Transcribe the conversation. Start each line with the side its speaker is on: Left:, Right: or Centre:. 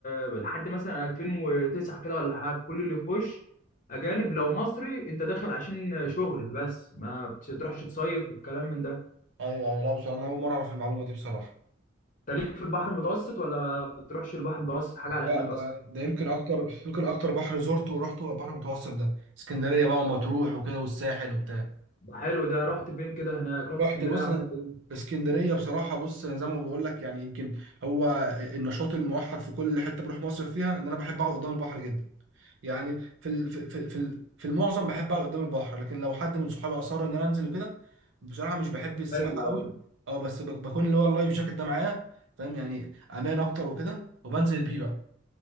Left: آه، لحد مثلا 2009 كده ولا حاجه كل اللي يخش اجانب لو مصري انت داخل عشان شغل بس ما بتروحش تصيف والكلام من ده
Right: ايوه ايوه لا بصراحه انا اول مره اعرف المعلومه دي بصراحه
Left: انت ليك في البحر المتوسط ولا بتروحش البحر المتوسط حاجه
Right: لا
Left: على هناك
Right: ده
Left: اصلا
Right: ده يمكن اكتر يمكن اكتر بحر زرته ورحته هو البحر المتوسط ده اسكندريه بقى ومطروح وكده والساحل وبتاع
Left: ده حلو ده رحت فين كده هناك رحت
Right: رحت
Left: اسكندريه
Right: بص
Left: عملت
Right: أنا
Left: ايه
Right: اسكندريه بصراحه بص أنا زي ما بقول لك يعني يمكن هو النشاط الموحد في كل حته بروح مصيف فيها ان انا بحب اقعد قدام البحر جدا يعني في ال- في في في ال- في المعظم بحب اقعد قدام البحر لكن لو حد من صحابي اصر ان انا انزل وكده بصراحه مش بحب السباحه
Left: ايوه
Right: قوي
Left: ايوه
Right: اه بس ب- بكون اللي هو اللايف جاكيت ده معايا فاهم يعني امان اكتر وكده وبنزل بيه بقى